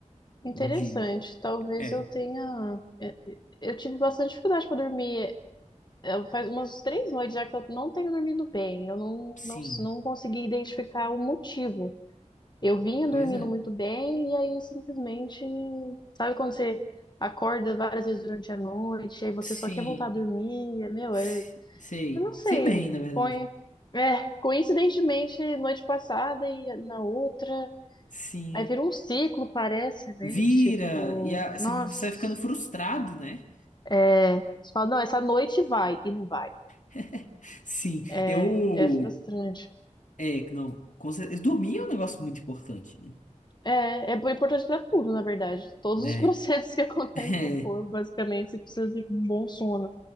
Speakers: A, on the left; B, on the left.
A: De,
B: Interessante. Talvez
A: é,
B: eu tenha. é, é, Eu tive bastante dificuldade para dormir. Eu- Faz umas três noites já que eu não tenho dormido bem. Eu não,
A: sim,
B: não, não consegui identificar o motivo. Eu vinha dormindo
A: pois é.
B: muito bem e aí simplesmente, sabe quando você acorda várias vezes durante a noite, aí você
A: Sim,
B: só quer voltar a dormir, é, meu,
A: se-
B: é,
A: sei,
B: eu não sei,
A: sei bem, na verdade.
B: coi- é, coincidentemente noite passada e na outra,
A: Sim,
B: aí vira um ciclo, parece, né?
A: vira,
B: Tipo,
A: e a- você
B: nossa,
A: você vai ficando frustrado, né?
B: é, você fala, não, essa noite vai e não vai.
A: <laughs> Sim,
B: É,
A: eu,
B: é frustrante.
A: é, não, com certeza, dormir é um negócio muito importante, né?
B: É, é importante para tudo, na verdade. Todos
A: Né?
B: os <laughs> processos que acontecem
A: <laughs>
B: no corpo, basicamente, você precisa de um bom sono,